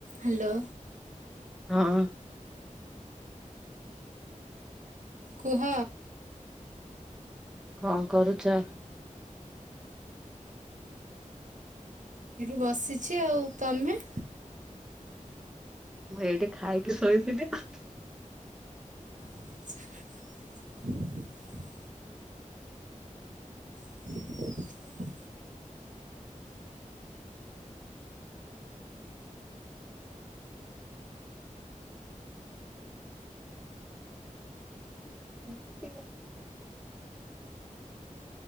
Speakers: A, on the right; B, in the centre.
A: Hello.
B: ହଁ।
A: କୁହ।
B: କଣ କରୁଛ।
A: ବସିଛି ଆଉ ତମେ?
B: ମୁଁ ଏଇଠି ଖାଇକି ଶୋଇବି ଦେଖ।
A: <inaudible> <inaudible>
B: <inaudible>